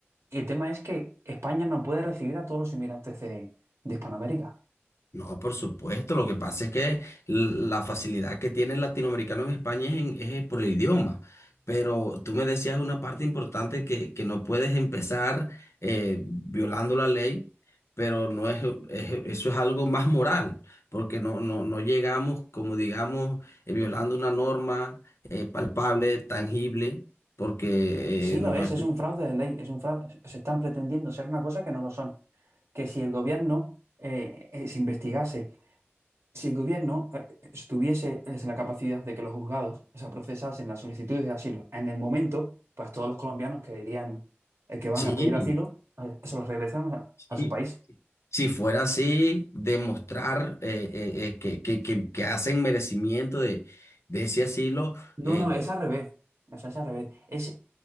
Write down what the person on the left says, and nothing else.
No, por supuesto. Lo que pasa es que l- la facilidad que tiene el latinoamericano en España es, en- es por el idioma. Pero tú me decías una parte importante que, que no puedes empezar eh, violando la ley, pero no es, es- eso es algo más moral, porque no, no, no llegamos, como digamos, eh, violando una norma eh, palpable, tangible, porque
eh,
no
es-
Sí,
sí.
Si fuera así, demostrar eh, eh, eh, que, que- que- que hacen merecimiento de, de ese asilo,
eh,